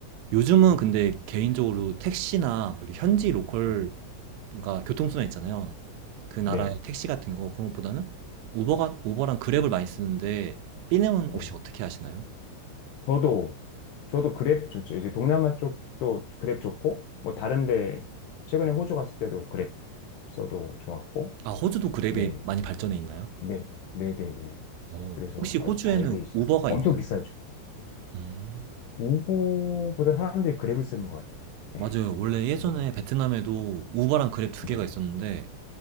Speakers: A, on the right (about 85°); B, on the left (about 80°).
A: 요즘은
B: 음,
A: 근데 개인적으로 택시나 그렇게 현지 로컬
B: 네.
A: 그러니까 교통수단 있잖아요. 그 나라의
B: 네.
A: 택시 같은 거 그런 것보다는 우버가 우버랑 그랩을 많이 쓰는데 삐님은
B: 네.
A: 혹시 어떻게 하시나요?
B: 저도, 저도 그랩 좋죠. 이제 동남아 쪽도 그랩 좋고, 뭐 다른데, 최근에 호주 갔을 때도 그랩 써도 좋았고,
A: 아 호주도 그랩이
B: 네.
A: 많이 발전해 있나요?
B: 네. 네네네.
A: 어,
B: 그래서
A: 혹시 호주에는
B: 아주 잘 돼 있어요.
A: 우버가
B: 엄청
A: 있나요?
B: 비싸죠.
A: 음,
B: 우버보다 사람들이 그랩을 쓰는 것 같아요. 네.
A: 맞아요. 원래 예전에
B: 그래서,
A: 베트남에도 우버랑 그랩 두
B: 네.
A: 개가 있었는데